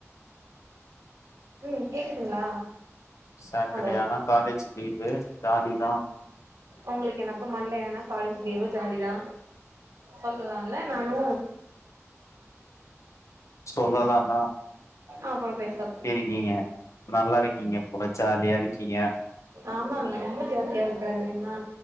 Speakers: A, on the right (about 80°); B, on the left (about 75°).
A: ம் கேக்குதுங்களா
B: சாட்டர்டே
A: ஹலோ
B: ஆனா காலேஜ் லீவு ஜாலி தா
A: உங்களுக்கு என்னப்ப மண்டே ஆனா காலேஜ் லீவு ஜாலி தா சொல்லால்ல நானு
B: சொல்லலாந்தா
A: அப்புற பேசாக்கு
B: இக்கீங்க நல்லா இருக்கீங்க போல ஜாலியா இருக்கீங்க
A: ஆமாங் ரொம்ப ஜாலியா இருக்கிறே தெரிம்மா